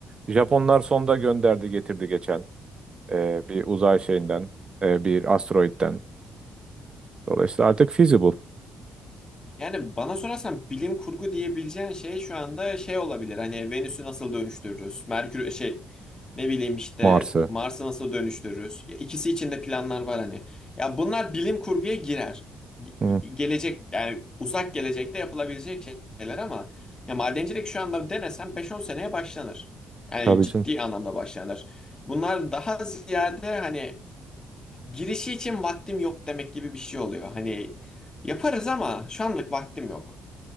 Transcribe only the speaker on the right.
Japonlar sonda gönderdi, getirdi geçen e, bir uzay şeyinden, e, bir asteroitten. Dolayısıyla artık feasible
Mars'ı.
Hı,
tabii
canım.